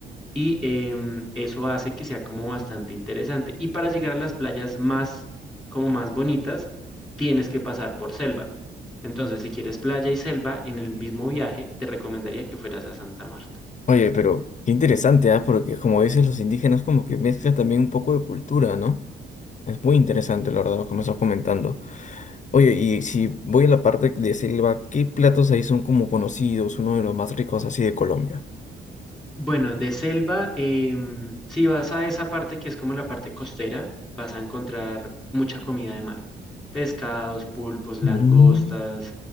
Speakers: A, in the centre; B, on the left (about 40°).
A: y em, eso hace que sea como bastante interesante. Y para llegar a las playas más, como más bonitas, tienes que pasar por selva. Entonces, si quieres playa y selva en el mismo viaje, te recomendaría que fueras a Santa Marta.
B: Oye, pero qué interesante, ¿ah? Porque como dices, los indígenas como que mezclan también un poco de cultura, ¿no? Es muy interesante, la verdad, como estás comentando. Oye, y si voy a la parte de selva, ¿qué platos ahí son como conocidos, uno de los más ricos así de Colombia?
A: Bueno, de selva, em, si vas a esa parte que es como la parte costera, vas a encontrar mucha comida de mar. Pescados, pulpos, langostas,
B: Mm,